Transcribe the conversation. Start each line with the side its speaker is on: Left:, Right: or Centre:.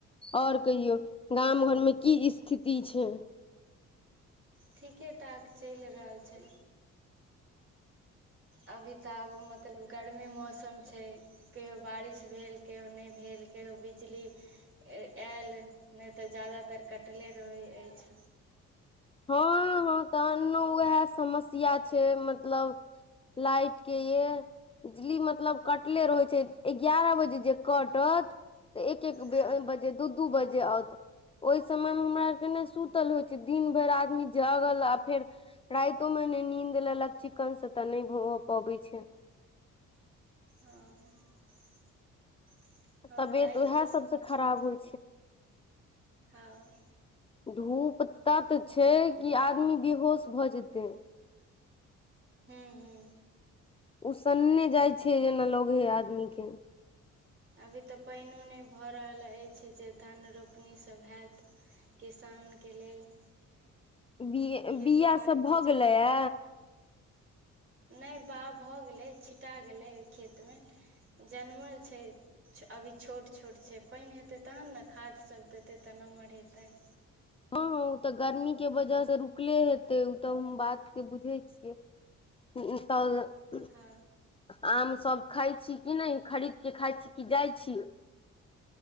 Left: ओर कहियौ गाम घर मे की स्थिति छै
Right: ठीकेँ ठाक चैल रहल छै अभी तऽ आब मत मतलब गरमी मौसम छै कहियओ बारिश भेल कहियओ नहि भेल कहियओ बिजली ऐल नहि तऽ ज्यदातर कटले रहैत ऐछ
Left: हँ हँ तऽन्नो उएह समस्या छै मतलब लाइट केँ ये बिजली मतलब कटले रहै छै एगारह बजे जे कटत एक एक
Right: हँ
Left: बजे दु दु औत <inaudible> ओए समय में हमर यर कऽ नै सुतल हो छै दिन भेर आदमी जगल आ फेर राइतो मे नै नींद लेलक चिकन से तऽ नहि भ पबैत छै
Right: हँ <inaudible> हँ
Left: तबियत
Right: लाइट
Left: उएह
Right: कऽ समस्या
Left: सबसँ खराब
Right: छै
Left: होइ
Right: हँ
Left: धूप तत छै कि आदमी बेहोश भऽ जेतै
Right: हू हू
Left: ओसन्ने जाइ छै जेना लग हे आदमी के
Right: अभी तऽ पानिओ नहि भऽ रहल अछि जे धन रोपनीसभ हयत किसान कऽ लेल
Left: बि
Right: खेती
Left: बिआ
Right: बाड़ी
Left: सब भऽ
Right: तऽ जरूरी
Left: गेलैए
Right: छै नहि बउ भऽ गेलै छिटा गेलै ओहि खेतमे जनमल छै अभी छोट छोट छै पानि हेतै तहन नऽ खादसभ देतै तऽ नमहर हेतय
Left: हँ हँ ओ तऽ गर्मी के वजह से रुकले हेतै ओ तऽ हम बात के बुझै छियै <unintelligible>
Right: हँ
Left: आम सभ खाइ छी कि नहि खरीद के खाइ छी कि जाइ छी